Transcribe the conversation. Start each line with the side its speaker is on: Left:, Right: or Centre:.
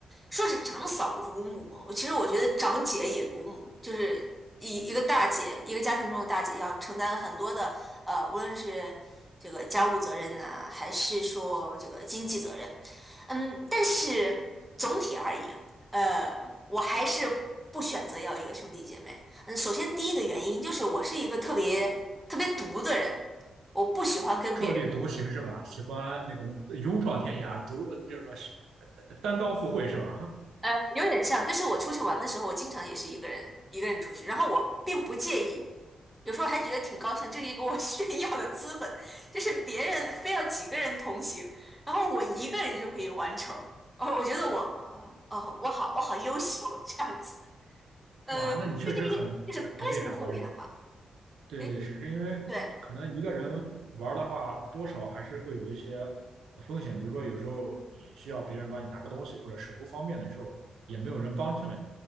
Centre: 说是长嫂如母，其实我觉得长姐也如母，就是一一个大姐，一个家庭中的大姐要承担很多的，呃，无论是这个家务责任呐、还是说这个经济责任，嗯，但是总体而言，呃，我还是不选择要一个兄弟姐妹。嗯，首先第一个原因就是我是一个特别特别独的人，我不喜欢跟别人。
Right: 特立独行是吧？喜欢那个勇闯天涯，独那什么单刀赴会是吧？
Centre: 呃，有点像，就是我出去玩的时候，我经常也是一个人一个人出去，然后我并不介意，有时候还觉得挺高兴，这是一个我 <laughs> 炫耀的资本，就是别人非要几个人同行，然后我一个人就可以完成，哦，我觉得我，呃哦，我好，我好优秀这样子，呃，
Right: 哇，
Centre: 这是一个就是个性特点吧，
Right: 那你确实很很很厉害，我认为。对对，
Centre: 哎，
Right: 是因为可能一个人玩儿的话，
Centre: 对，
Right: 多少还是会有一些风险，比如说有时候你需要别人帮你拿个东西，或者手不方便的时候，也没有人帮衬。